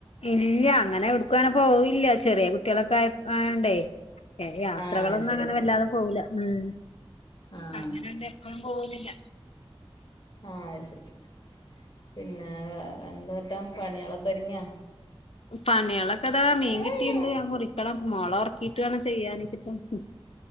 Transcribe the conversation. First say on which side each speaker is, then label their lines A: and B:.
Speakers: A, on the left; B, on the left.
A: ഇല്ല അങ്ങനെ എവിടേക്കുങ്ങനെ പോയില്ല ചെറിയ കുട്ടികളൊക്കെ ആയ ആയോണ്ടേ ഏ യാത്രകളൊന്നും
B: ആഹ് ശരിയാ
A: അങ്ങനെ വല്ലാതെ പോവില്ല. മ്മ്
B: ആഹ്
A: അങ്ങനൊണ്ട് എപ്പം പോവുന്നില്ല.
B: ആ ശരി പിന്നെ വേറെന്തൂട്ട പണികളൊക്കെ ഒരിങ്ങിയാ?
A: പണികളക്കെ ദാ
B: ഒരുങ്ങിയാ
A: മീൻ കിട്ടിണ്ട് അത് മുറിക്കണം മോളെ ഒറക്കിട്ട് വേണം ചെയ്യാന് വെച്ചിട്ട